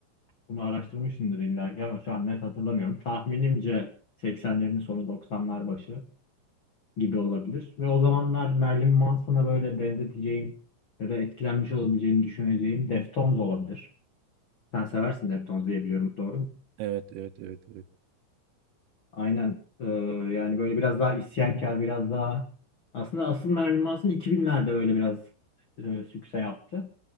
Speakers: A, on the left (about 60°); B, on the right (about 80°).
A: Bunu araştırmışımdır illa ki ama şu an net hatırlamıyorum. Tahminimce 80'lerin sonu 90'lar başı gibi olabilir. Ve o zamanlar Marilyn Manson'a böyle benzeteceğim ya da etkilenmiş olabileceğini düşüneceğim Deftones olabilir. Sen seversin Deftones diye biliyorum. Doğru
B: Evet evet evet evet.
A: Aynen. Ee, yani böyle biraz daha isyankar, biraz daha aslında asıl Marilyn Manson 2000'lerde böyle biraz e, sükse yaptı.